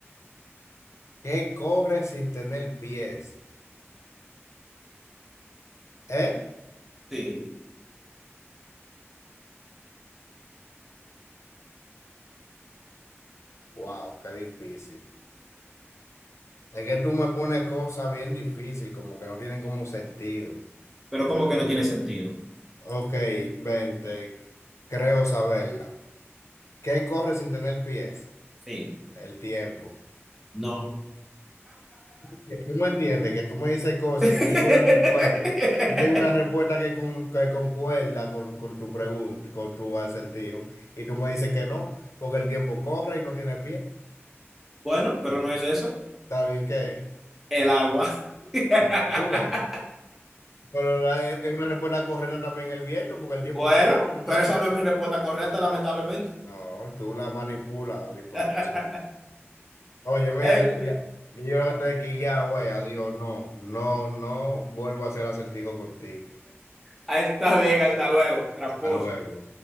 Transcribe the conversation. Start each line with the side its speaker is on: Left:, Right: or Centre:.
Left: ¿Qué corre sin tener pies? ¿Eh?
Centre: Sí.
Left: Wow, qué difícil. Es que tú me pones cosas bien difíciles, como que no tienen como sentido.
Centre: Pero ¿cómo que no tiene sentido?
Left: Ok, vente, creo saberla. ¿Qué corre sin tener pies?
Centre: Sí.
Left: El tiempo.
Centre: No.
Left: Que Tú me entiendes, que tú me dices cosas,
Centre: <laughs>
Left: yo tengo una respuesta, yo tengo una respuesta que, con- que concuerda con, con tu pregunta, con tu acertijo, y tú me dices que no, porque el tiempo corre y no tiene pie.
Centre: Bueno, pero no es eso.
Left: ¿Está bien que
Centre: El agua. <laughs>
Left: Mira, tú ves. Pero la- es es una respuesta correcta también el viento, porque el tiempo
Centre: Bueno,
Left: corre y no
Centre: pero
Left: tiene
Centre: esa
Left: pie.
Centre: no es mi respuesta correcta, lamentablemente.
Left: No, tú la manipulas la información.
Centre: <laughs>
Left: Oye, mira,
Centre: En
Left: ya,
Centre: fin.
Left: ya- ya yo lo que estoy aquí ya, güey, adiós, no, no, no vuelvo a hacer acertijo contigo.
Centre: Ahí está bien, hasta luego, tramposo.
Left: Hasta luego.